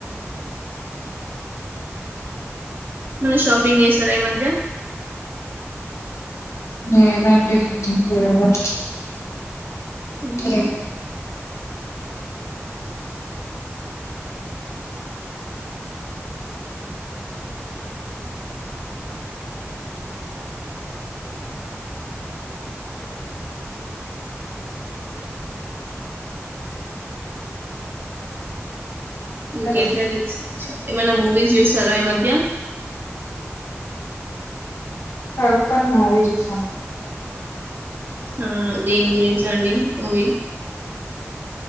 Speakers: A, on the right; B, on the left.
A: నువ్ షాపింగ్ చేస్తారా ఈ మధ్య
B: లేేదండి ఎం చేయలే
A: అవునా
B: ఏమన్న
A: ఇంకేంటండి
B: హలో
A: విశేషా ఏమన్న మూవీస్ చూసర ఈ మధ్య
B: కరువ్ పన విజట్స్న
A: అవునా దేని గురించండి మూవీ